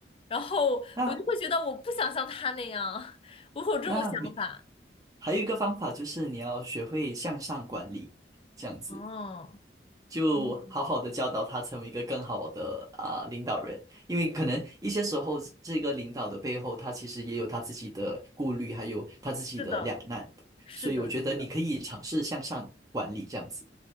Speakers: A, on the left (about 30°); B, on the right (about 20°).
A: 然后我就会觉得我不想像他那样，
B: 那
A: 我会有这种想法。
B: 那没还有一个方法就是你要学会向上管理，这样子。
A: 哦。
B: 就好好的教导他成为一个更好的啊、
A: 嗯，
B: 领导人，因为可能一些时候这个领导的背后，他其实也有他自己的顾虑，还有他自己的两难，
A: 是的，是的，
B: 所以我觉得你可以尝试向上管理这样子。
A: 是的，